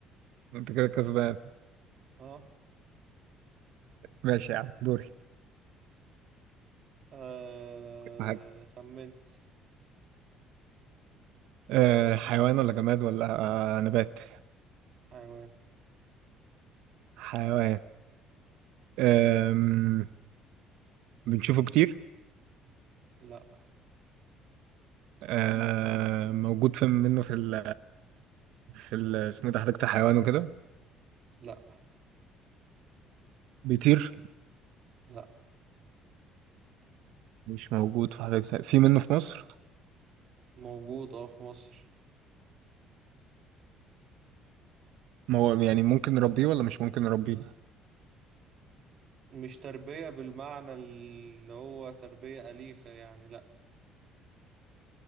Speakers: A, on the right; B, on the right.
A: انت كده كسبان
B: اه,
A: ماشي يا عم دوري
B: آه
A: حاجة
B: خمنت
A: أه حيوان ولا جماد ولا أه نبات
B: حيوان
A: حيوان أم... بنشوفه كتير
B: لا
A: أه موجود في منه في ال في ال اسمه إيه ده حديقة الحيوان وكده
B: لا
A: بيطير
B: لا
A: مش موجود في حديقة في منه في مصر
B: موجود اه في مصر
A: ما هو يعني ممكن نربيه ولا مش ممكن نربيه
B: مش تربية بالمعنى اللي هو تربية أليفة يعني لأ